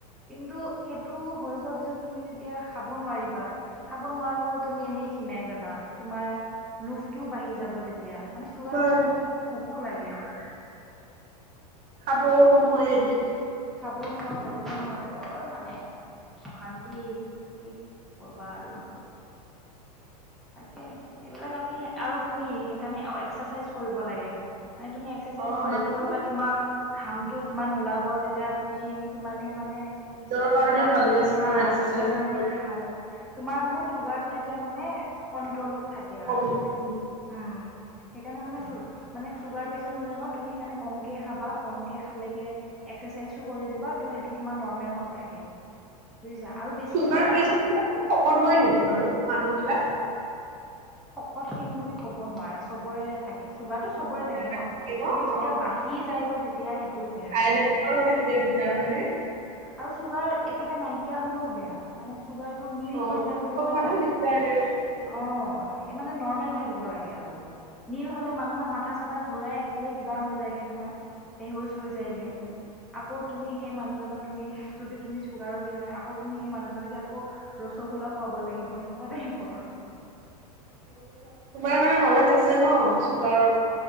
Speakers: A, in the centre; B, on the right.
A: কিন্তু, সেইটো হৈ যোৱাৰ পিছত। তুমি যেতিয়া খাব নোৱাৰিবা! খাব নোৱাৰা বাবে তুমি এনেই ক্ষীনাই যাবা। তোমাৰ, লোভটোও বাঢ়ি যাব তেতিয়া। মানে চুগাৰ
B: হয়,
A: পেচেণ্টৰ বহুত ভোকো লাগে। <unintelligible>
B: খাবও নহয় এনেকি
A: ও নহয়, কৰিবও নহয়। বৰ মানে অশান্তি। কি ক'বা আৰু! তাকে, সেইবিলাক আমি আৰু তুমি সেইকাৰণে এক্সাচাইজ কৰিব লাগে। মানে তুমি এক্সাচাইজ
B: অ
A: যিমান
B: এইটোতো
A: কৰিবা, তোমাৰ ঘামটো যিমান ওলাব তেতিয়া তুমি সিমানেই মানে,
B: নিজৰ কাৰণে
A: সেইবিলাক
B: ভাল দিয়াচোন
A: হা
B: বাৰু এক্সাৰচাইজ
A: নিজৰ কাৰণে
B: কৰি
A: ভাল। তোমাৰ মানে চুগাৰটো, তেতিয়া মানে। কণ্ট্ৰলত। থাকে
B: কম
A: আৰু
B: উম
A: উম। সেই কাৰণেই মানে চুগাৰ পেচেণ্ট হলে ন সেইকাৰণেই কমকে খাবা কমকে খালেহে এক্সাচাইজো কৰি দিবা। ত সেইটো তোমাৰ নৰ্মেল ত থাকে বুজিছা আৰু বেছি
B: চুগাৰ প্ৰেচাৰাক
A: নহ
B: শকত হয় নেকি বাৰু মানুহ বিলাক।
A: হকট খিন বুলি ক'ব নোৱাৰা চবৰে। থাকে চুগাৰটো
B: অ
A: চবৰে থাকে ন
B: থাকিব
A: কিন্তু যেতিয়া
B: অ
A: বাঢ়ি যায়গৈ তেতিয়া সেইটো বেয়া
B: হাই
A: আৰু।
B: লেভেলৰ হ'লে তেতিয়া দিগদাৰ হয়নে?
A: আৰু চুগাৰ একেবাৰে নাইকিয়া হলেও বেয়া মানে। চুগাৰটো নীল
B: অ
A: হৈ যায় বুলি
B: চব
A: কয়
B: ফালেও
A: ন।
B: দিগদাৰ দে উম
A: অ। সেই মানে নৰ্মেল থাকিব লাগে আৰু নীল হলে মানুহৰ। মাথা চাথা ঘূৰাই একেবাৰে কিবা হৈ যায়গে নহয়। বেহোচ হৈ যায়গৈ।
B: উম উম
A: আকৌ তুমি সেই মানুহজনক তুমি যদি তুমি চুগাৰৰ বিজাই আকৌ সেই মানুহজনকে আকৌ ৰসগোলা খুৱাব লাগিব সেনেকুৱা তাইপ। পৰ।
B: তোমাৰ মানে নলেজ আছে ন। চুগাৰ।